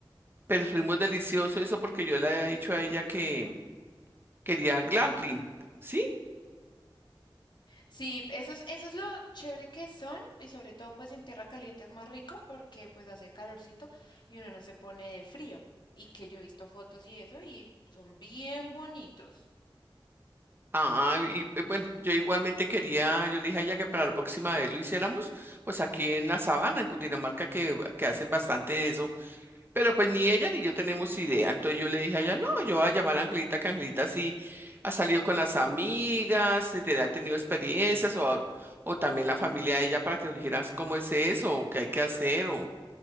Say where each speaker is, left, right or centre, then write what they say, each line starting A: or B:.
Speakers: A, on the right; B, on the left.
A: Pero fuimos delicioso eso porque yo le había dicho a ella que quería glampling, ¿sí?
B: Sí, eso es, eso es lo chévere que son y sobre todo pues en tierra caliente es más rico porque pues hace calorcito y uno no se pone de frío y que yo he visto fotos y eso y son bien bonitos.
A: Ah, y eh, bueno, yo igualmente quería, yo le dije a ella que para la próxima vez lo hiciéramos, pues aquí en la sabana, en Cundinamarca, que, que hacen bastante eso Pero pues ni ella ni yo tenemos idea. Entonces yo le dije a ella, no, yo voy a llamar a Angelita, que Angelita sí ha salido con las amigas, eh, te- ha tenido experiencias, o, a- o también la familia de ella para que nos dijeras cómo es eso, o qué hay que hacer, o